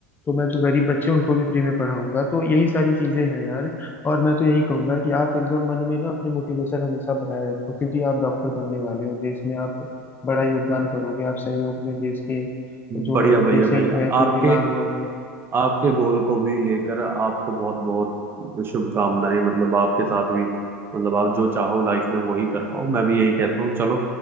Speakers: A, on the left; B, on the right.
A: तो मैं जो गरीब बच्चे हैं, उनको भी फ्री में पढ़ाऊंगा तो यही सारी चीजें हैं यार और मैं तो यही कहूंगा कि आप एकदम मन में ना अपने मोटिवेशन हमेशा बनाए रखो क्योंकि आप डॉक्टर बनने वाले हो देश में आप बड़ा योगदान करोगे आप सहयोग में देश के जो
B: बढ़िया भैया
A: पेशेंट
B: भैया
A: है जो
B: आपके
A: बीमार लोग हैं
B: आपके गोल को भी लेकर आपको बहुत बहुत शुभकामनाएं मतलब आपके साथ भी मतलब आप जो चाहो लाइफ में वही कर पाओ मैं भी यही कहता हूँ चलो